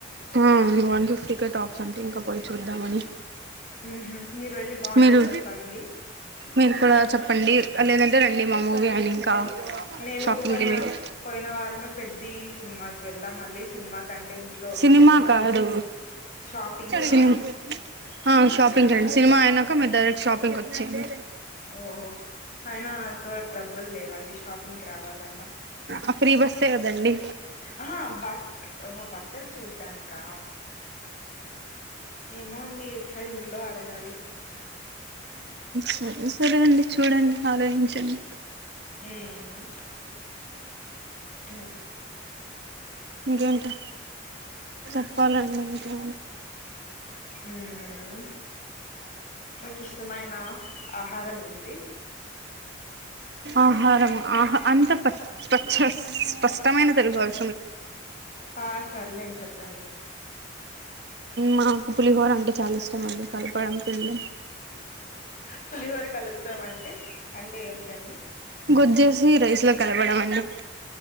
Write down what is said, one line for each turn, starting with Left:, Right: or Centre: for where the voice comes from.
Right: ఉమ్ ఇక వన్ ఫిఫ్టీ కే టాప్స్ అంటే ఇంకా పోయి చూద్దామని
Left: ఉహు మీరు వెళ్ళి బాగుంటే
Right: మీరు
Left: చెప్పండి
Right: మీరు కూడా చెప్పండి లేదంటే రండి మా మూవి అని ఇంకా
Left: నేను
Right: షాపింగ్
Left: పోయిన
Right: కి మీరు
Left: పోయిన వారమే పెద్ద సినిమాకి వెళ్ళాం మళ్ళీ సినిమా కంటే ఇంట్లో ఒప్పుకోరేమో
Right: సినిమా కాదు
Left: షాపింగ్ కా
Right: సి ఆ షా షాపింగ్ కి రండి సినిమా అయినాక మీ డైరెక్ట్ షాపింగ్ కి వచ్చేయండి
Left: ఓహో అయినా నాతో డబ్బులు లేవండి షాపింగ్ కి రావాలన్నా
Right: ఆ ఫ్రీ బస్సే గదండి
Left: ఆహ బస్ ఓ బట్టలు చూడ్డానికా ఏమో అండి ఒకసారి ఇంట్లో అడగాలి
Right: సరే సరే అండి చూడండి ఆలోచించండి
Left: ఉమ్ ఉమ్
Right: ఇంకేంటి చెప్పాలండి ఇంకే
Left: ఉమ్ మీకు ఇష్టమైనా ఆహారం ఏంటి
Right: ఆహారము ఆహ అంత ప ప స్పష్టమైన తెలుగాదు
Left: ఆ సర్లేను చెప్పండి
Right: మాకు పులిహోర అంటే చాలా ఇష్టం అండి కలపడం పిల్ల
Left: పులిహోర కలపడం అంటే అంటే ఏంటండి
Right: గొజ్జేసి రైస్ లో కలపడం అండి